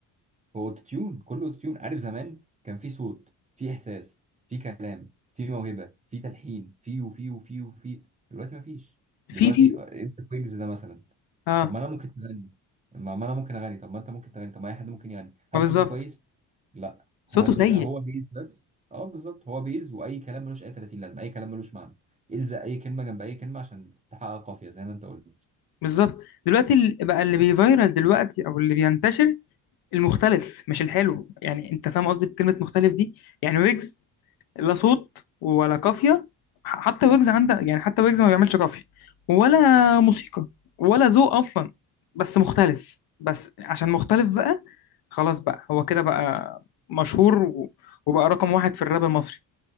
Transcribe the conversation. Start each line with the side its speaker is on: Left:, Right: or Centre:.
Right: هو اوتوتيون كله اوتوتيون عارف زمان كان في صوت في احساس في كلام في موهبه في تلحين في وفي وفي وفي دلوقتي مفيش
Left: في
Right: دلوقتي
Left: في
Right: آه، انت كويجز ده مثلا
Left: اه
Right: طب ما انا ممكن اغني ما ما انا ممكن اغني طب ما انت ممكن تغني طب ما اي حد ممكن يغني
Left: ما
Right: هل
Left: بالظبط
Right: صوته كويس لا هل
Left: صوته سيء
Right: هو بيز بس اه بالظبط هو بيز واي كلام ملوش اي 30 لازمه اي كلام ملوش معنى الزق اي كلمه جنب اي كلمه عشان تحقق قافيه زي ما انت قلت
Left: بالظبط دلوقتي ال- بقى اللي بيفيرال دلوقتي او اللي بينتشر المختلف مش الحلو يعني انت فاهم قصدي بكلمة مختلف دي يعني ويجز لا صوت ولا قافية ح- حتى ويجز عندها يعني حتى ويجز ما بيعملش قافية ولا موسيقى ولا ذوق أصلا بس مختلف بس عشان مختلف بقى خلاص بقى هو كده بقى مشهور و- وبقى رقم واحد في الراب المصري